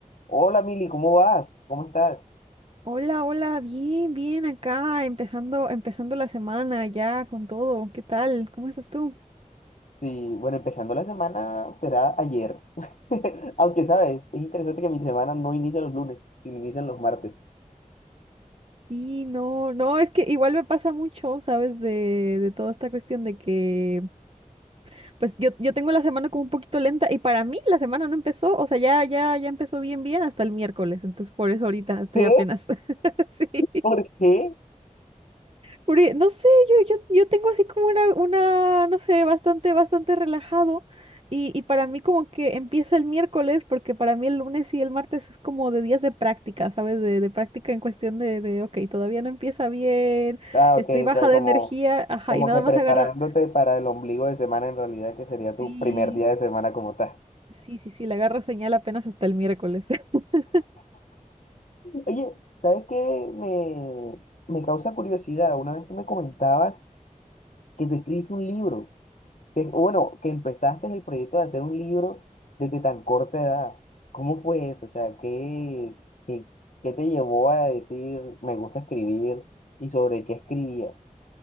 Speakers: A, on the left; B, on the right.
A: Hola Mili, ¿cómo vas? ¿Cómo estás?
B: Hola, hola, bien, bien acá, empezando, empezando la semana ya con todo. ¿Qué tal? ¿Cómo estás tú?
A: Sí, bueno, empezando la semana será ayer. <laughs> Aunque sabes, es interesante que mi semana no inicia los lunes, sino inician los martes.
B: Sí, no, no, es que igual me pasa mucho, ¿sabes? De, de toda esta cuestión de que, pues yo, yo tengo la semana como un poquito lenta y para mí la semana no empezó, o sea, ya, ya, ya empezó bien, bien hasta el miércoles, entonces por eso ahorita estoy
A: ¿Qué?
B: apenas, <laughs> sí.
A: ¿Por qué?
B: Porque, no sé, yo, yo, yo tengo así como una, una, no sé, bastante, bastante relajado. Y, y para mí como que empieza el miércoles, porque para mí el lunes y el martes es como de días de práctica, ¿sabes? De, de práctica en cuestión de, de, ok, todavía no empieza bien,
A: Ah, ok,
B: estoy
A: o
B: baja
A: sea,
B: de
A: como,
B: energía, ajá,
A: como
B: y nada
A: que preparándote
B: más agarro,
A: para el ombligo de semana en realidad, que sería tu
B: sí,
A: primer día de semana como tal.
B: sí, sí, sí, le agarro señal apenas hasta el miércoles. <laughs>
A: Oye, ¿sabes qué? Me, me causa curiosidad. Una vez tú me comentabas que tú escribiste un libro. Que, bueno, que empezaste el proyecto de hacer un libro desde tan corta edad. ¿Cómo fue eso? O sea, ¿qué, qué, qué te llevó a decir me gusta escribir y sobre qué escribías?